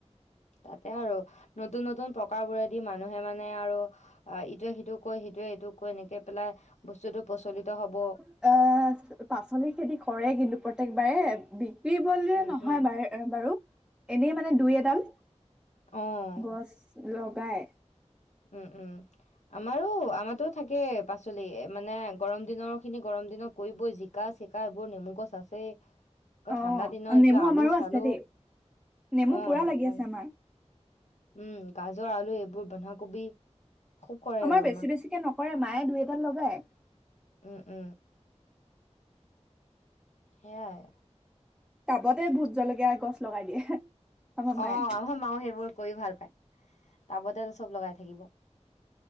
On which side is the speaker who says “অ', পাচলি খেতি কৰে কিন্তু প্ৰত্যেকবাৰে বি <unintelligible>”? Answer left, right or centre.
Centre